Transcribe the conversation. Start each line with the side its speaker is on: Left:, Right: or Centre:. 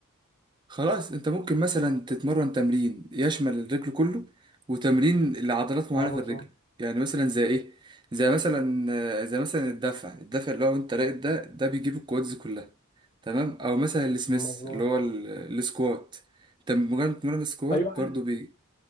Right: خلاص انت ممكن مثلا تتمرن تمرين يشمل الرجل كله وتمرين لعضلات معينة
Left: اه
Right: في
Left: مظبوط
Right: الرجل يعني مثلا زي ايه زي مثلا زي مثلا الدفع الدفع اللي هو انت راقد ده ده بيجيب الكوادز كلها تمام او مثلا السميث
Left: مظبوط
Right: اللي هو ال- السكوات انت مجرد تمرين السكوات
Left: ايوه
Right: برضو بي